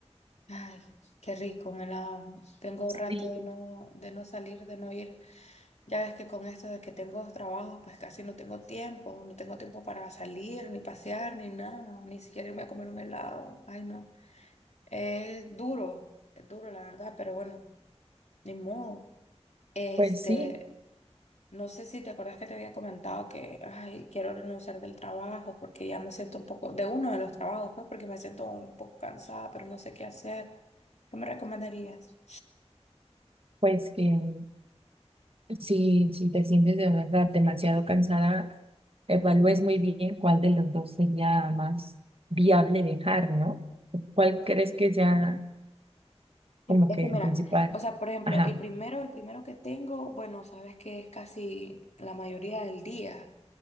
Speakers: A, on the left; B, on the right.
A: Ay, qué rico, un helado. Tengo un rato
B: Sí,
A: de no, de no salir, de no ir. Ya ves que con esto de que tengo dos trabajos, pues casi no tengo tiempo, no tengo tiempo para salir, ni pasear, ni nada, ni siquiera irme a comer un helado. Ay, no. Es duro, es duro, la verdad, pero bueno, ni modo. Este,
B: pues sí,
A: no sé si te acuerdas que te había comentado que, ay, quiero renunciar del trabajo porque ya me siento un poco, de uno de los trabajos, pues porque me siento un poco cansada, pero no sé qué hacer. ¿Qué me recomendarías?
B: pues que Si, si te sientes de verdad demasiado cansada, evalúes muy bien cuál de los dos sería más viable dejar, ¿no? ¿Cuál crees que sea
A: Sí,
B: como
A: Es
B: que
A: que mira,
B: el principal?
A: o sea, por ejemplo,
B: Ajá.
A: el primero, el primero que tengo, bueno, sabes que es casi la mayoría del día.